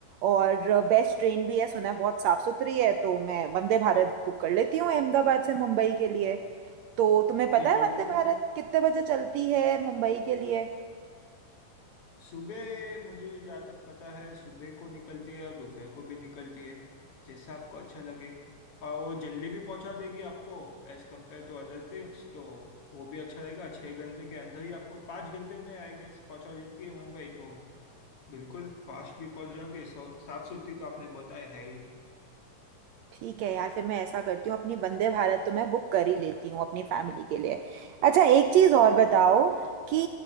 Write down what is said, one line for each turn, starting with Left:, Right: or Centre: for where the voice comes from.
Right: और बेस्ट ट्रेन भी है सुना है बहुत साफ सुथरी है तो मैं वंदे भारत बुक कर लेती हूँ अहमदाबाद से मुंबई के लिए तो तुम्हें पता
Left: जी
Right: है
Left: बिल्कुल
Right: वंदे भारत कितने बजे चलती है मुंबई के लिए
Left: सुबह मुझे जहाँ तक पता है सुबह को निकलती है और दोपहर को भी निकलती है जैसा आपको अच्छा लगे और वो जल्दी भी पहुंचा देगी आपको as compared to other train तो वो भी अच्छा रहेगा छः घंटे के अंदर ही आपको पाँच घंटे में आई गेस पहुंचा देती है मुंबई तो बिल्कुल फास्ट भी पहुंच जाओगे सौ- साफ सुथरी तो आपने बताया है ही
Right: ठीक है यार फिर मैं ऐसा करती हूँ अपनी वंदे भारत तो मैं बुक कर ही लेती हूँ अपनी फैमिली के लिए अच्छा एक चीज़ और बताओ कि